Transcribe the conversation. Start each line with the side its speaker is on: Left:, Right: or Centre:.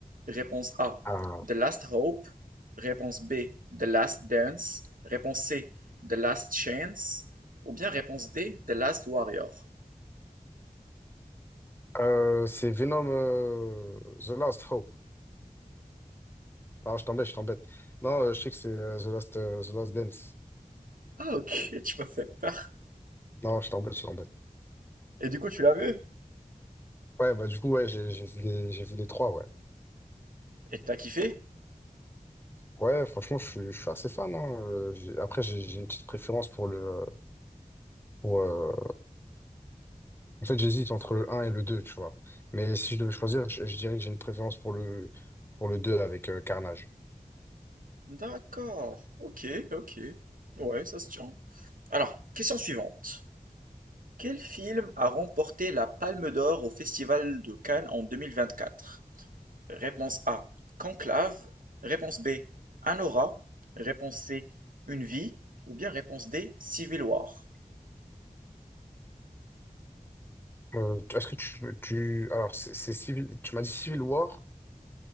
Right: Réponse A:
Left: Ah.
Right: The Last Hope. Réponse B: The Last Dance. Réponse C: The Last Chance. Ou bien réponse D: The Last Warrior.
Left: Euh, c'est Venom euh, The Last Hope. Non, je t'embête, je t'embête. Non, euh, je sais que c'est euh, The Last, euh, The Last Dance.
Right: Ah OK, <laughs> tu m'as fait peur.
Left: Non, je t'embête, je t'embête.
Right: Et du coup, tu l'as vu?
Left: Ouais, bah du coup, ouais, j'ai j'ai vu les, j'ai vu les trois, ouais.
Right: Et t'as kiffé?
Left: Ouais, franchement, je suis, je suis assez fan. hein. Euh, j'ai- Après, j'ai j'ai une petite préférence pour le, euh, pour, euh, En fait, j'hésite entre le un et le 2, tu vois. Mais si je devais choisir, je, je dirais que j'ai une préférence pour le, pour le deux avec euh, Carnage.
Right: D'accord. Ok, ok. Ouais, ça se tient. Alors, question suivante. Quel film a remporté la Palme d'Or au Festival de Cannes en deux mille vingt-quatre Réponse A, Conclave. Réponse B, Anora. Réponse C, Une vie. Ou bien réponse D, Civil War.
Left: Euh, est-ce que tu, tu... Alors, c'est c'est Civil... Tu m'as dit Civil War.